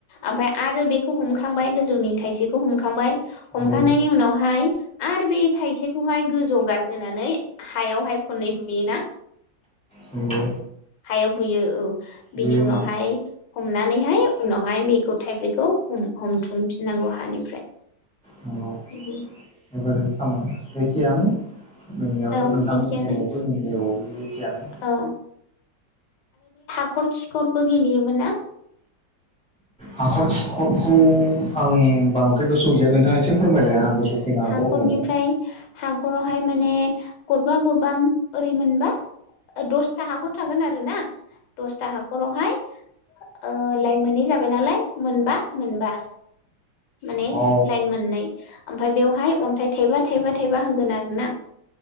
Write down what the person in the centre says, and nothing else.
नंगौ
नंगौ
बेयो
औ
नंगौ
बेबायदिनो खामो एखेयानो नोंनियाबो
नोंथांमोन
जायगायावबो जोंनि जायगायावबो बे एखेयानो
हाखर खिखरखौ आं बांद्राय गोसो गैया नोंथाङा एसे फोरमायलाय
आं गोसोआव फैनो हागौ
अब्लानिया
औ